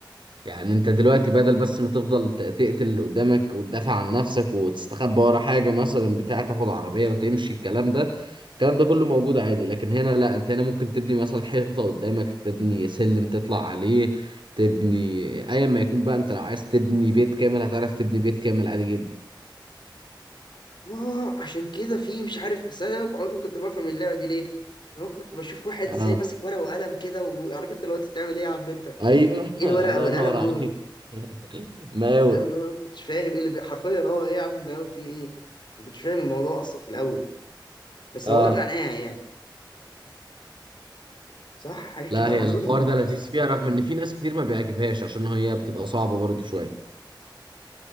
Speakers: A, on the right; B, on the left.
A: يعني انت دلوقتي بدل بس ما تفضل ت- تقتل اللي قدامك وتدافع عن نفسك وتستخبى ورا حاجة مثلا بتاع تاخد عربية وتمشي الكلام ده الكلام ده كله موجود عادي لكن هنا لا انت هنا ممكن تبني مثلا حيطة قدامك تبني سلم تطلع عليه تبني ايا ما يكون بقى انت لو عايز تبني بيت كامل هتعرف تبني بيت كامل عادي جدا
B: اه عشان كده في مش عارف بس انا عمري كنت بفهم اللعبه دي ليه انا كنت بشوف واحد
A: اه
B: زي ماسك ورقه وقلم كده وعارف انت لو انت بتعمل ايه يا عم انت
A: ايوه
B: ايه
A: <laughs>
B: الورقه
A: الله
B: والقلم
A: ينور عليك
B: دول
A: <laughs> مقاول
B: فاهم اللي هو أنا ما كنتش فاهم ايه اللي بي... حرفيا اه ايه يا عم المقاول فيه ايه ما كنتش فاهم الموضوع اصلا في الاول بس
A: اه
B: هو ده معناها يعني صح حاجه كده
A: لا هي
B: اظن
A: الحوار ده لذيذ فيها رغم ان في ناس كتير ما بيعجبهاش عشان هي بتبقى صعبة برضه شوية